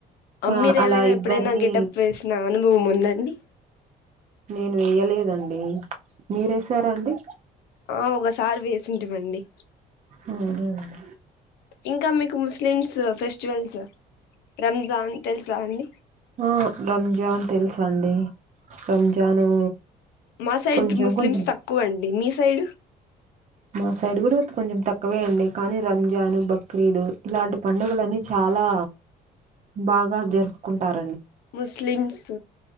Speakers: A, on the left; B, on the right.
A: అమ్మిర
B: ఆ అలా
A: ఏవైనా
B: ఇద్దరిని
A: ఎప్పుడైనా గెటప్ వేసినా అనుభవం ఉద్ దండి
B: నేను వెేయలేదండి, మీరెసార అండి?
A: ఆ ఒకసారి వేసింటిమండి
B: అవునండి
A: ఇంకా మీకు ముస్లిమ్స్ ఫెస్టివల్స్ రంజాన్ తెలుసా అండి
B: ఆ రంజాన్ టేల్స్ అండి. రంజాను
A: మా సైడ్
B: కొంచెం
A: ముస్లిమ్స్
B: కొంచెం
A: తక్కువ అన్ మీ సైడు
B: మా సైడ్ కూడా కొంచెం తక్కువే అండి కాని రంజాన్ బక్రీదు ఇలాంటి పండుగలన్ని చాలా బాగా జరుప్ కుంటారు
A: ముస్లిమ్స్